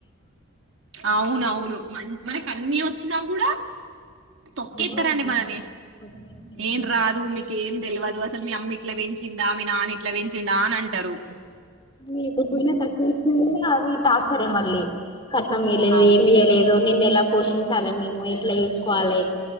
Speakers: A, on the right; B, on the left.
A: అవునవును మ మనకన్ని వచ్చినా కూడ తొక్కేత్తరండి
B: ఏదో ఒకటి
A: మనని
B: తొక్కేస్తారు అసలు
A: ఏం రాదు మీకేం తెలువద్ అసలు మీ అమ్మ ఇట్లా పెంచిందా మీ నాన్న ఇట్లా పెంచిందా అని అంటారు
B: లేకపోయినా తక్చ్చ అది టాచ్చరే మళ్ళీ కట్నం మీయలేదు
A: అవును
B: ఏమి చేయలేదు నిన్ను ఎలా పోషించాలి మేము ఎట్లా చూసుకోవాలే